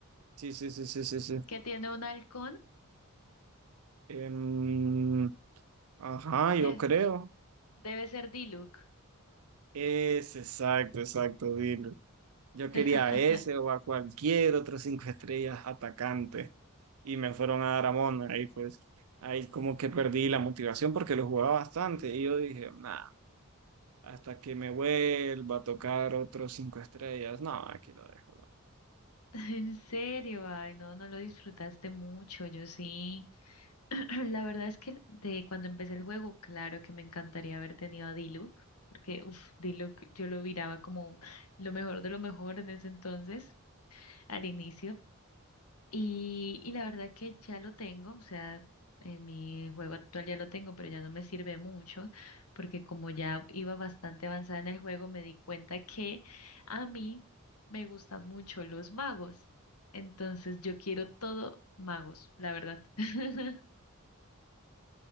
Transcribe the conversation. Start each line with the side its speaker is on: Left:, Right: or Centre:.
Right: Sí, sí, sí, sí, sí, sí.
Left: que tiene un halcón.
Right: Em, ajá, yo
Left: De-
Right: creo.
Left: debe ser Diluc.
Right: Es exacto, exacto, Dilo. Yo
Left: <laughs>
Right: quería a ese o a cualquier otro cinco estrellas atacante y me fueron a dar a Mona. Ahí pues, ahí como que perdí la motivación porque lo jugaba bastante y yo dije, nah, hasta que me vuelva a tocar otros cinco estrellas, no, aquí lo dejo.
Left: En serio, ay, no, no lo disfrutaste mucho, yo sí. <clears throat> La verdad es que de cuando empecé el juego, claro que me encantaría haber tenido a Diluc, porque uff, Diluc yo lo miraba como lo mejor de lo mejor en ese entonces, al inicio. Y, y la verdad que ya lo tengo, o sea, en mi juego actual ya lo tengo, pero ya no me sirve mucho, porque como ya iba bastante avanzada en el juego, me di cuenta que a mí me gustan mucho los magos. Entonces yo quiero todo magos, la verdad. <laughs>